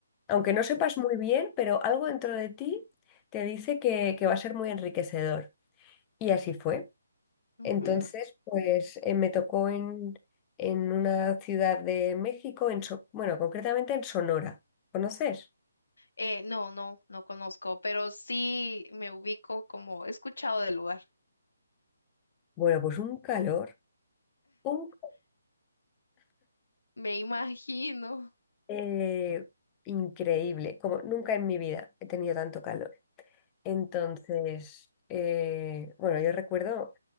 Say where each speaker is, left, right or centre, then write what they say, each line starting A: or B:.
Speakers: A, on the left (about 20°); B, on the left (about 85°).
A: aunque no sepas muy bien, pero algo dentro de ti te dice que, que va a ser muy enriquecedor. Y así fue.
B: Ujú.
A: Entonces, pues eh, me tocó en, en una ciudad de México, en So- bueno, concretamente en Sonora. ¿Conoces?
B: Eh, no, no, no conozco, pero sí me ubico como he escuchado del lugar.
A: Bueno, pues un calor, un
B: Me imagino.
A: eh, increíble, como nunca en mi vida he tenido tanto calor. Entonces, eh, bueno, yo recuerdo